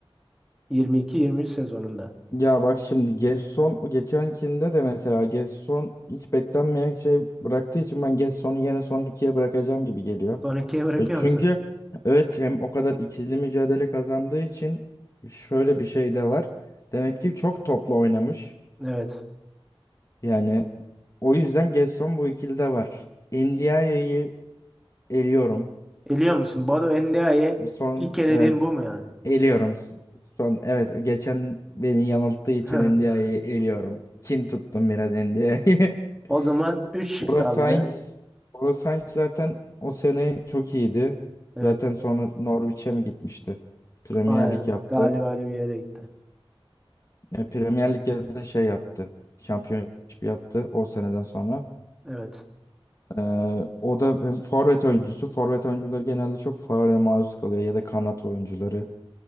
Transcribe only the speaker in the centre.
22-23 sezonunda.
Son ikiye bırakıyor
musun?
Evet.
Eliyor musun? Badu Endiaye
ilk elediğin
bu mu yani?
<laughs>
O zaman üç
şık
kaldı.
Evet.
Aynen.
Galiba öyle bir yere gitti.
Evet.